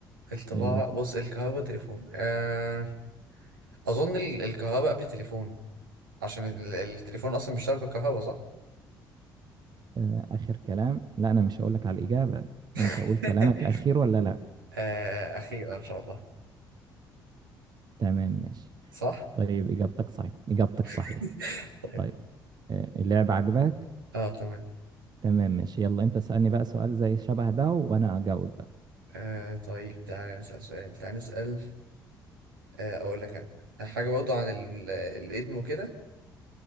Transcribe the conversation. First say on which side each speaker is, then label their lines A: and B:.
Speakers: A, on the right; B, on the right.
A: الطباعة
B: اللي
A: بص الكهرباء والتليفون آه أظن ال- الكهرباء قبل التليفون عشان ال- التليفون أصلا بيشتغل بالكهرباء صح؟
B: آه، آخر كلام لا أنا مش هقولك على الإجابة
A: <laughs>
B: انت قول كلامك أخير ولا لا
A: آه أخيرا إن شاء الله
B: تمام ماشي
A: صح؟
B: طيب إجابتك صحيح إجابتك
A: <laughs>
B: صحيحة
A: طيب
B: طيب آه، اللعبة عجباك
A: اه تمام
B: تمام ماشي يلا انت اسألني بقى سؤال زي شبه ده وأنا أجاوب بقى
A: آه طيب تعالى نسأل سؤال تعالى نسأل آه أقول لك أنا حاجة برضو عن ال- الإدم وكده